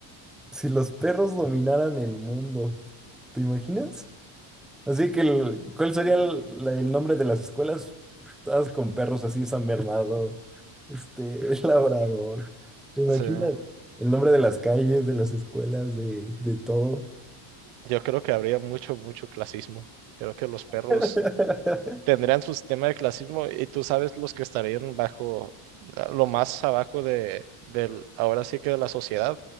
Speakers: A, in the centre; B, on the right (about 80°).
A: Si los perros dominaran el mundo, ¿te imaginas? Así que, el- ¿cuál sería el, la- el nombre de las escuelas? Todas con perros así, San Bernardo, este, <laughs> el Labrador. ¿Te imaginas?
B: O sea,
A: El nombre de las calles, de las escuelas, de, de todo.
B: yo creo que habría mucho, mucho clasismo. Creo que los perros
A: <laughs>
B: tendrían su sistema de clasismo y tú sabes los que estarían bajo, ah, lo más abajo de, del, ahora sí que de la sociedad,